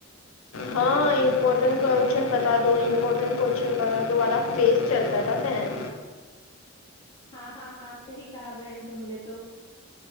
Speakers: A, on the left; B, on the left.
A: ہاں امپورٹنٹ کوشچن بتا دو امپورٹنٹ کوشچن بتا دو والا فیس چلتا تھا پین
B: ہاں ہاں ہاں صحیح کہا بہن تم نے تو